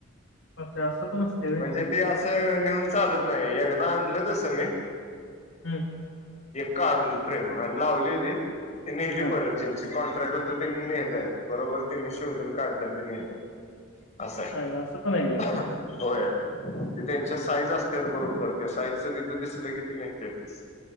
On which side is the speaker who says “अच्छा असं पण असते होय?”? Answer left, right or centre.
Left